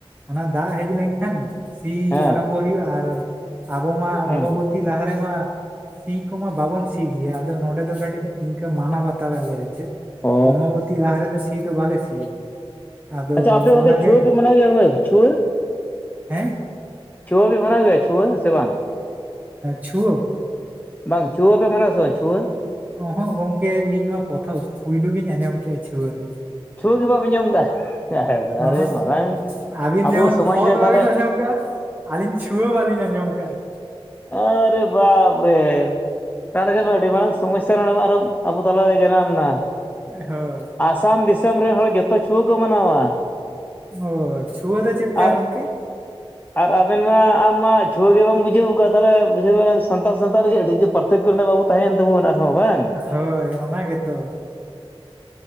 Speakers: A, on the right; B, on the left.
A: ᱚᱱᱟ ᱫᱟᱜ ᱦᱮᱡ ᱞᱮᱱᱠᱷᱟᱱ ᱥᱤ
B: ᱦᱮᱸ
A: ᱟᱨᱟᱢᱵᱚ ᱦᱩᱭᱩᱜᱼᱟ ᱟᱨ ᱟᱵᱚ ᱢᱟ
B: ᱦᱩᱸ
A: ᱚᱵᱟᱵᱚᱛᱤ ᱞᱟᱦᱟ ᱨᱮᱢᱟ ᱥᱤ ᱠᱚᱢᱟ ᱵᱟᱵᱚᱱ ᱥᱤ ᱜᱮᱭᱟ ᱟᱫᱚ ᱱᱚᱸᱰᱮ ᱫᱚ ᱠᱟᱹᱴᱤᱡ ᱤᱱᱠᱟᱹ ᱢᱟᱱᱟᱣ ᱵᱟᱛᱟᱣ ᱟᱞᱮ ᱪᱮᱫ
B: ᱚ
A: ᱚᱢᱵᱚᱛᱤ ᱞᱟᱦᱟ ᱨᱮᱫᱚ ᱥᱤ ᱫᱚ ᱵᱟᱞᱮ ᱥᱤᱭᱟ᱾ ᱟᱫᱚ
B: ᱟᱪᱪᱷᱟ ᱟᱯᱮ ᱚᱱᱛᱮ
A: ᱚᱱᱟᱜᱮ
B: ᱪᱷᱩᱣᱟᱹ ᱯᱮ ᱢᱟᱱᱟᱣ ᱜᱮᱭᱟ ᱪᱷᱩᱣᱟᱹ?
A: ᱦᱮᱸ
B: ᱪᱷᱩᱣᱟᱹ ᱯᱮ ᱵᱱᱟᱣ ᱜᱮᱭᱟ ᱪᱷᱩᱣᱟᱹ ᱥᱮ ᱵᱟᱝ?
A: ᱪᱷᱩᱣᱟᱹ
B: ᱵᱟᱝ ᱪᱷᱩᱣᱟᱹ ᱯᱮ ᱢᱱᱟ ᱥᱮᱣᱟ ᱪᱷᱩᱣᱟᱹ?
A: ᱚ ᱦᱚᱸᱜ ᱜᱚᱝᱠᱮ ᱤᱧ ᱢᱟ ᱯᱨᱚᱛᱷᱚᱢ ᱯᱩᱭᱞᱩ ᱜᱤᱧ ᱟᱸᱡᱚᱢ ᱠᱮᱜᱼᱟ ᱪᱷᱩᱣᱟᱹ ᱫᱚ᱾
B: ᱪᱷᱣᱟᱹ ᱜᱮ ᱵᱟᱢ ᱟᱸᱡᱚᱢ ᱠᱟᱜᱼᱟ
A: ᱚᱦᱚᱸᱜ
B: <unintelligible> ᱢᱟᱨᱟᱝ
A: ᱟᱹᱵᱤᱱ
B: ᱟᱵᱚ
A: ᱡᱮᱢᱚᱱ
B: ᱥᱚᱢᱟᱡᱽ
A: ᱠᱷᱚᱛ
B: ᱨᱮ ᱛᱟᱦᱚᱞᱮ
A: ᱵᱟᱟᱹᱵᱤᱱ ᱟᱸᱡᱚᱢ ᱠᱟᱜᱼᱟ, ᱟᱹᱞᱤᱧ ᱪᱷᱩᱣᱟᱹ ᱵᱟᱞᱤᱧ ᱟᱸᱡᱚᱢ ᱟᱠᱟᱟᱜᱼᱟ᱾
B: ᱟᱨᱮ ᱵᱟᱯ ᱨᱮ! ᱛᱟᱦᱚᱞᱮ ᱠᱷᱟᱱ ᱟᱹᱰᱤ ᱢᱟᱨᱟᱝ ᱥᱚᱢᱚᱥᱥᱟ ᱱᱚᱰᱮ ᱢᱟ ᱟᱨᱚᱸ ᱟᱵᱚ ᱛᱟᱞᱟᱨᱮ <unintelligible> ᱟᱢ ᱱᱟ
A: ᱦᱳᱭ
B: ᱟᱥᱟᱢ ᱫᱤᱥᱚᱢ ᱨᱮᱱ ᱦᱚᱲ ᱡᱚᱛᱚ ᱪᱷᱩᱣᱟᱹ ᱠᱚ ᱢᱟᱱᱟᱣᱟ᱾
A: ᱚ ᱪᱷᱩᱣᱟᱹ ᱫᱚ ᱪᱮᱫ ᱞᱮᱠᱟ
B: ᱟᱨ
A: ᱜᱚᱝᱠᱮ?
B: ᱟᱨ ᱟᱵᱮᱱ ᱢᱟ ᱟᱢ ᱢᱟ ᱪᱷᱩᱣᱟᱹ ᱜᱮ ᱵᱟᱢ ᱵᱩᱡᱷᱟᱹᱣ ᱠᱟᱜᱼᱟ ᱛᱟᱦᱚᱞᱮ ᱵᱩᱡᱷᱟᱹᱣ ᱥᱟᱱᱛᱟᱲ ᱥᱟᱶᱛᱟ ᱞᱟᱹᱜᱤᱫ ᱟᱹᱰᱤ ᱜᱮ ᱯᱟᱨᱛᱮᱠᱚ ᱨᱮᱵᱚᱱ ᱛᱟᱦᱮᱭᱮᱱ ᱛᱟᱵᱚᱱ ᱟᱨᱦᱚᱸ ᱵᱟᱝ
A: ᱦᱳᱭ ᱚᱱᱟ ᱜᱮ ᱛᱚ